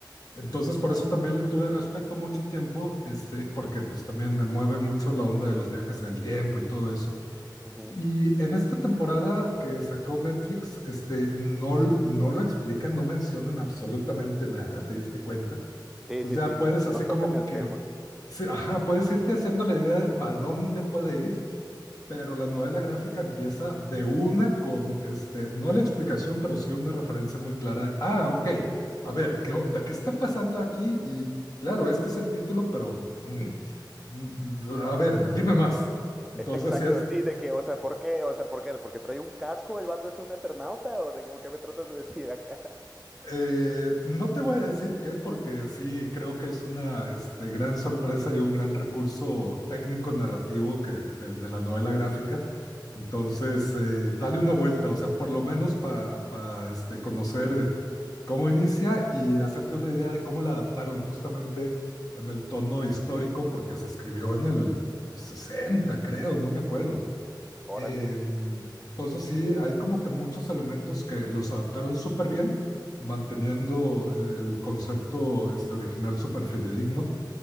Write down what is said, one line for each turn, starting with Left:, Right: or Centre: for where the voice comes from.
Left: Entonces, por eso también le tuve respeto mucho tiempo, este, porque pues también me mueve mucho la onda de los viajes en el tiempo y todo eso.
Centre: <laughs> Ujú.
Left: Y en esta temporada que sacó Netflix, este, no, no lo explican, no mencionan absolutamente nada, ¿te diste cuenta?
Centre: Sí,
Left: Pues
Centre: sí,
Left: ya
Centre: sí,
Left: puedes
Centre: ni-
Left: así
Centre: no tocan
Left: como
Centre: el
Left: que,
Centre: tema.
Left: sí, ajá, puedes irte haciendo la idea de para dónde puede ir pero la novela gráfica empieza de una con, este, no la explicación, pero sí una referencia muy clara de, ah, ok, a ver, ¿qué onda? ¿Qué está pasando aquí? Y claro, este es el título, pero, mm, mm, a ver, dime más. Entonces,
Centre: E- Exacto,
Left: sí es,
Centre: sí, de que, o sea, ¿por qué? O sea, ¿por qué? ¿Porque trae un casco? ¿El vato es un eternauta? ¿O de qué, o qué me tratas de decir acá? <laughs>
Left: Eh, no te voy a decir qué, porque sí creo que es una este, gran sorpresa y un gran recurso técnico narrativo que, de, de la novela gráfica. Entonces, eh, dale una vuelta, o sea, por lo menos para este, conocer eh, cómo inicia y hacerte una idea de cómo la adaptaron justamente en el tono histórico, porque se escribió en el 60, creo, no me acuerdo.
Centre: Órale,
Left: Em, entonces sí, hay como que muchos elementos que los adaptaron súper bien, manteniendo el concepto este, original súper fidedigno.